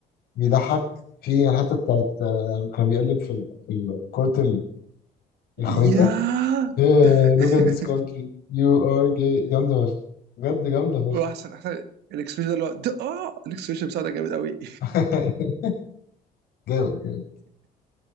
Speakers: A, on the left; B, on the right.
A: بيضحك في الحتة بتاعت آه، لما كان بيقلب في ال- في الكورت الخريطة
B: يا
A: إيه
B: <laughs>
A: look at this country you are gay جامدة فشخ بجد جامدة فشخ
B: واحسن احسن الاكسبريشن ده اللي هو ده- اه الاكسبريشن بتاعه ده جامد قوي
A: <laughs> جامد جامد